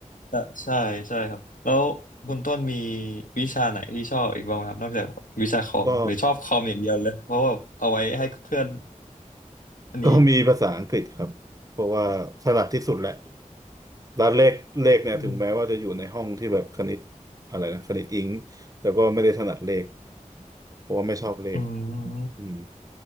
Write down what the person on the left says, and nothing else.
เอ่อใช่ใช่ครับแล้วคุณต้นมีวิชาไหนที่ชอบอีกบ้างไหมครับนอกจากวิชาคอมหรือชอบคอมอย่างเดียวเลยเพราะว่าเอาไว้ให้เพื่อน
อันนี้
อืม
อืม